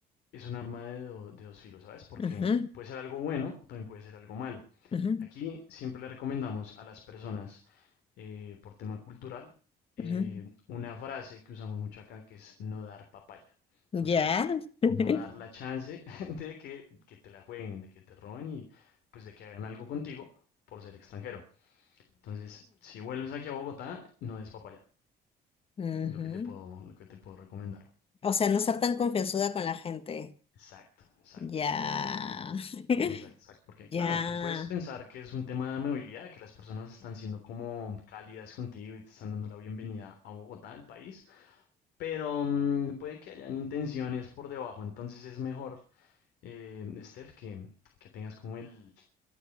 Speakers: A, on the left; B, on the left.
A: es un arma de, do- de dos filos, ¿sabes? Porque
B: Ajá,
A: puede ser algo bueno, también puede ser algo malo.
B: ajá,
A: Aquí siempre le recomendamos a las personas eh, por tema cultural, eh,
B: ajá.
A: una frase que usamos mucho acá que es no dar papaya. O
B: Ya.
A: sea,
B: <laughs> Ujú,
A: no dar la chance <laughs> de que, que te la jueguen, de que te roben y pues de que hagan algo contigo por ser extranjero. Entonces, si vuelves aquí a Bogotá, no es papaya.
B: ujú.
A: Lo que te puedo, lo que te puedo recomendar.
B: O sea, no ser tan confianzuda con la gente.
A: Exacto, exacto.
B: Ya. <laughs>
A: Exacto, exacto. Porque,
B: Ya.
A: claro, tú puedes pensar que es un tema de amabilidad, que las personas están siendo como cálidas contigo y te están dando la bienvenida a Bogotá, al país, Pero mm, puede que hayan intenciones por debajo, entonces es mejor, eh, Steph, que, que tengas como el...